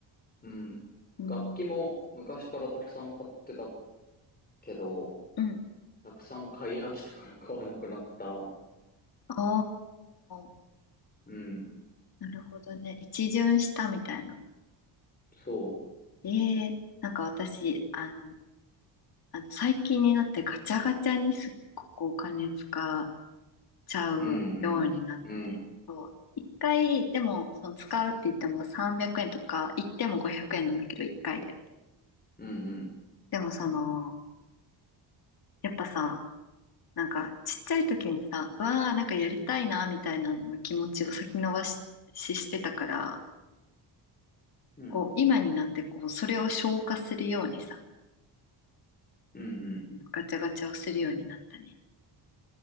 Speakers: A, on the left; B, on the left.
A: うん。
B: うん。
A: 楽器も昔からたくさん買ってたけど、
B: うん。
A: たくさん買い飽きたから買わなくなった。
B: おー、
A: うん。
B: なるほどね。一巡したみたいな。
A: そ
B: ええなんか私、あの、あの最近になってガチャガチャにすっごくお金使っちゃうようになって、
A: う。うんうん。うん。
B: そう一回、でも、その使うって言っても300円とか、行っても500円なんだけど、一回で。
A: うんうん。
B: でもその、やっぱさ、なんかちっちゃい時にさ、うわあ、なんかやりたいな、みたいなの気持ちを先延ばし、ししてたから、
A: うん。
B: こう、今になってこう、それを消化するようにさ、
A: うんうん。
B: あのガチャガチャをするようになったね。